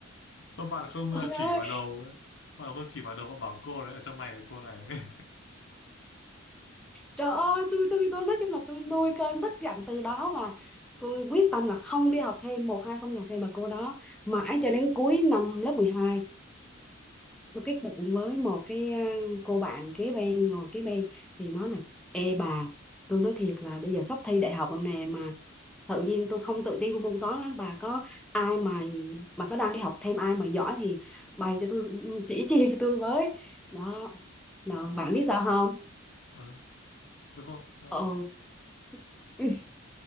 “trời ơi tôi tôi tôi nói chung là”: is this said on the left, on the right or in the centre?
Centre